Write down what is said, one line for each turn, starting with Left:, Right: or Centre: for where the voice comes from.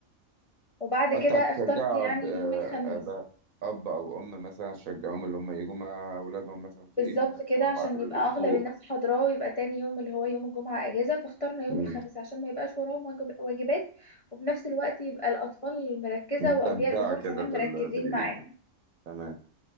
Left: وبعد كده
Right: حتى
Left: اخترت
Right: هتشجع
Left: يعني
Right: أب
Left: يوم الخميس
Right: أب أب أو أم مثلا هتشجعهم اللي هم يجوا مع أولادهم مثلا في
Left: بالظبط
Right: إيفنت اللي
Left: كده عشان
Right: هم آخر
Left: يبقى
Right: الأسبوع
Left: أغلب الناس حاضراه ويبقى تاني يوم اللي هو يوم الجمعة أجازة فاخترنا يوم
Right: مم.
Left: الخميس عشان ما يبقاش وراهم واجب- واجبات وفي نفس الوقت يبقى الأطفال مركزة
Right: استمتع
Left: وأولياء الأمور
Right: كده
Left: كمان
Right: بال...
Left: مركزين
Right: بالإيفنت
Left: معاه
Right: تمام